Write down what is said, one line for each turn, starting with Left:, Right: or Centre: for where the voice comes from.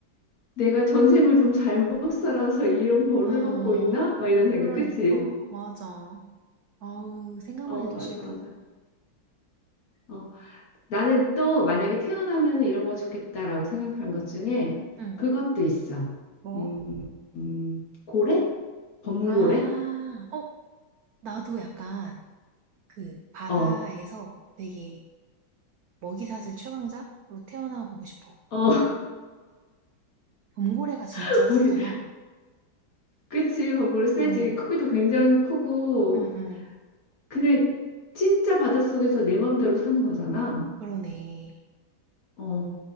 Left: 내가 전생을 좀 잘못 살아서 이런 벌을
Right: 응,
Left: 받고 있나? 막 이런 생각,
Right: 그러니까,
Left: 그치?
Right: 맞아. 아우, 생각만
Left: 어,
Right: 해도
Left: 맞아,
Right: 싫다.
Left: 맞아. 어, 나는 또 만약에 태어나면 이런 거 좋겠다라고 생각한 것 중에
Right: 응.
Left: 그것도 있어.
Right: 뭐?
Left: 음, 음, 고래? 범고래?
Right: 아, 어, 나도 약간 그 바다에서
Left: 어,
Right: 되게 먹이사슬 최강자로 태어나 보고 싶어.
Left: 어,
Right: 범고래가 진짜
Left: <laughs> 거기,
Right: 세잖아.
Left: 그치, 범고래 세지.
Right: 어,
Left: 크기도 굉장히 크고,
Right: 응, 응.
Left: 그냥 진짜 바닷속에서 내 맘대로 사는 거잖아.
Right: 그러네.
Left: 어.